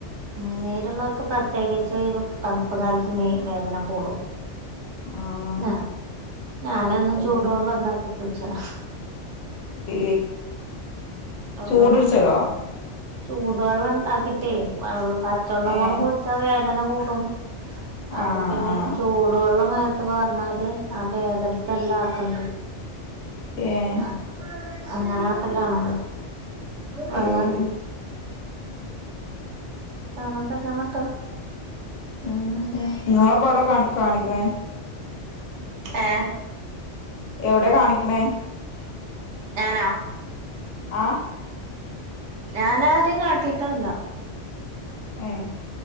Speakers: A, on the right; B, on the left.
A: ഉം നീരുള്ളോൽക്ക് പ്രത്യേകിച്ച് തണുപ്പ് കാലത്ത് നീ വേദന കൂടും.
B: ആഹ്
A: ആ ഞാനെന്നും
B: അതന്നെയാണ്
A: ചൂടുവെള്ളെണ്ടാക്കി കുളിച്ചെലാ
B: ഈ
A: അള്ളോ
B: ചൂടുടിച്ചതോ
A: ചൂടുവെള്ളെണ്ടാക്കിട്ടേ വെൾ പച്ചേള്ളംകൊണ്ട്
B: ഏഹ്
A: കുൾ ച്ചാ വേദന കൂടും അപ്പ
B: ആഹ്
A: പിന്നേയ്
B: ആഹ്
A: ചൂടുവെള്ളം മേത്ത് പാർന്നാല് ആ വേദന ക്കെല്ലാ ആക്കണ്ട്.
B: ഏഹ്
A: ആഹ് അങ്ങനാട്ടലാണെന്ന് വേ
B: ഏഹ്
A: വേറെന്തെക്കാ എന്നിട്ട്?
B: വേറെന്താ, ങ്ങളപ്പോവ്ടെ കാണി കാണിക്കണേ
A: ഏഹ്
B: എവിടെ കാണിക്ക്ണേ
A: ഞാനോ
B: ആഹ്
A: ഞാനാരേം കാട്ടീട്ടൊന്ല്ല
B: ഏഹ്